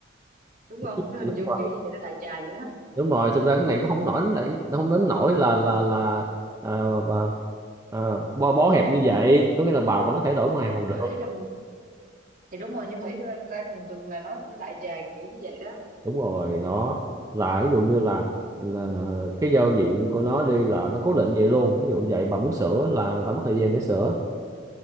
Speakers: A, on the right; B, on the right.
A: đúng không
B: đúng
A: nó hình dung
B: rồi
A: kiểu như vậy nó đại trà vậy đó
B: đúng rồi thực ra cái này cũng không nổi lại không đến nổi là là là ờ, bà, ờ, bó, bó hẹp như vậy có nghĩa là bà vẫn có thể đổi màu
A: nhưng
B: được
A: mà ý là thì đúng rồi nhưng mà ý tôi đang, đang mường tượng là nó nó đại trà kiểu như vậy đó
B: đúng rồi đó là ví dụ như là, là cái giao diện của nó đi là nó cố định vậy luôn ví dụ vậy bà muốn sửa là phải mất thời gian để sửa